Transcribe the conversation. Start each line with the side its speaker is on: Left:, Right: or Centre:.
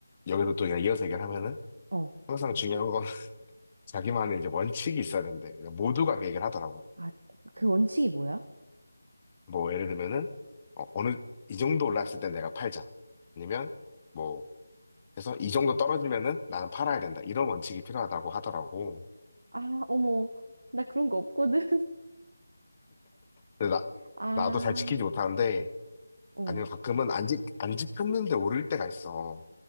Left: 여기도 또 그냥 이어서 얘기를 하면은,
Right: 어.
Left: 항상 중요한 건 자기만의 이제 원칙이 있어야 된대. 그러니까 모두가 그 얘기를 하더라고.
Right: 아, 그 원칙이 뭐야?
Left: 뭐, 예를 들면은, 어, 어느, 이 정도 올랐을 때 내가 팔자. 아니면, 뭐, 해서 이 정도 떨어지면은 나는 팔아야 된다. 이런 원칙이 필요하다고 하더라고.
Right: 아, 어머. 나 그런 거 없거든. <laughs>
Left: 근데 나,
Right: 아,
Left: 나도 잘 지키지 못하는데,
Right: 어,
Left: 아니면 가끔은 안 지, 안 지켰는데 오를 때가 있어.